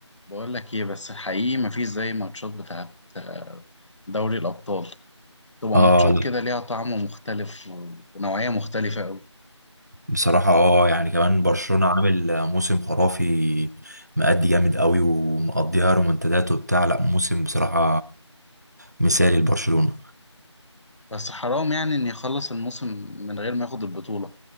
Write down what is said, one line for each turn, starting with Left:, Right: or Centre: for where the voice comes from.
Left: بقول لك ايه بس الحقيقي مفيش زي ماتشات بتاعت آه، دوري الأبطال تبقى
Right: اه
Left: ماتشات كده ليها طعم مختلف و- ونوعية مختلفة قوي
Right: بصراحة اه يعني كمان برشلونة عامل موسم خرافي مأدي جامد قوي ومقضيها رومنتادات وبتاع لا موسم بصراحة مثالي لبرشلونة
Left: بس حرام يعني إن يخلص الموسم من غير ما ياخد البطولة